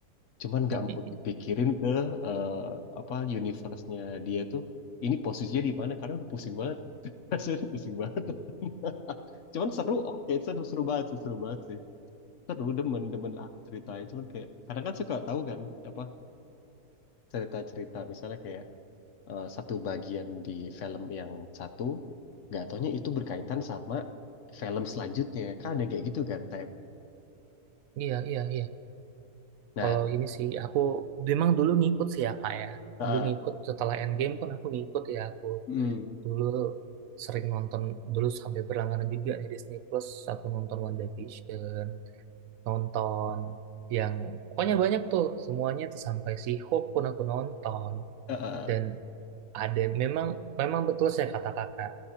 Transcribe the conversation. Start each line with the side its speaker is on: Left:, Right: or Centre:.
Left: Cuman nggak
Right: <laughs>
Left: mau dipikirin ke eh, apa universe-nya dia tuh. Ini posisinya di mana? Karena udah pusing banget. <laughs> Rasanya udah pusing banget. <laughs> Cuman seru, oke seru seru banget sih, seru banget sih. Seru demen demen lah ceritanya. Cuman kayak kadang kan suka tahu kan apa cerita-cerita misalnya kayak eh, satu bagian di film yang satu, nggak taunya itu berkaitan sama film selanjutnya. Kan ada yang kayak gitu kan, Tem.
Right: Iya, iya, iya.
Left: Nah,
Right: Kalau ini sih, aku memang dulu ngikut sih ya, Kak ya.
Left: heeh.
Right: Dulu ngikut, setelah Endgame pun aku ngikut ya. Aku
Left: Hmm,
Right: dulu sering nonton, dulu sampai berlangganan juga nih Disney Plus. Aku nonton WandaVision, nonton yang... Pokoknya banyak tuh, semuanya tuh sampai si Hope pun aku nonton.
Left: heeh.
Right: dan Ada memang memang betul saya kata kakak.